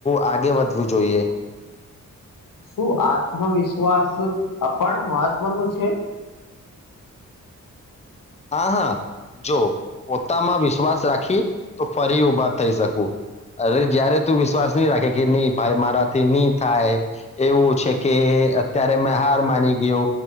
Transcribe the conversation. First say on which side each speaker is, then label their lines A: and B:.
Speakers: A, on the left; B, on the left.
A: આગે વધવું જોઈએ.
B: શું આત્મવિશ્વાસણા મહત્વનું છે?
A: હા હા જો પોતામાં વિશ્વાસ રાખી તો ફરી ઉભા થઈ શકું. અરે જયારે તું વિશ્વાસ નહી રાખે કે નહી ભાઈ મારાથી નહી થાય, એવું છે કે અત્યારે મેં હાર માની ગયો,